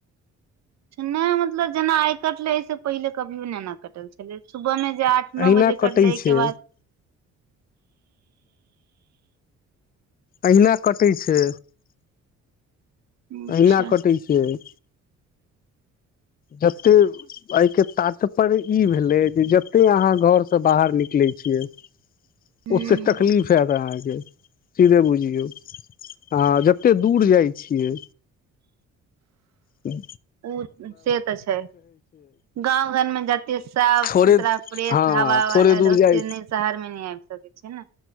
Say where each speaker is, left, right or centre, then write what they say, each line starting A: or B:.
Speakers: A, on the right (about 60°); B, on the left (about 30°).
A: नहि मतलब जेना कटले से पहिले कभियो एना कटल छलै सुबह मे आठ नओ
B: अहिना
A: बजे
B: कटै
A: करले आई
B: छै
A: बाद
B: अहिना कटै छै
A: अच्छा
B: अहिना कटै छियै जते आई के तात्पर्य ई भेलै जे जते अहाँ घर से बाहर निकले वो
A: ह
B: ते तकलीफ हेयत सीधे बुझियौ आ जते दूर जाइ छियै ह्म
A: ओ से तऽ छै गाँंव घर में जते साफ
B: थोड़े
A: सुथरा फ्रेश
B: हँ
A: हवा
B: थोड़े दूर
A: ल ओते
B: जाइ
A: नहि शहर मे नहि आबि सकै छै ने